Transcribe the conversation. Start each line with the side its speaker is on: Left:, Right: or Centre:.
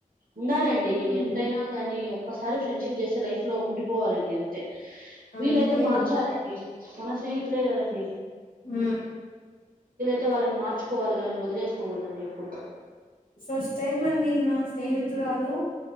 Right: ఉండాలండి
Left: హ్మ్
Right: ఎంతైనా గానీ ఒక్కసారి ఫ్రెండ్షిప్ చేసే లైఫ్ లో ఉండిపోవాలండి అంతే
Left: అంతే
Right: వీలైతే మార్చాలండి
Left: అండి
Right: మన స్నేహితులే కదండి
Left: ఊ
Right: తే వాళ్ళని మార్చుకోవాలి కాని వదిలేసుకోకూడదండి ఎప్పుడు
Left: ఫస్ట్ టైమ్ అండి నా స్నేహితురాలు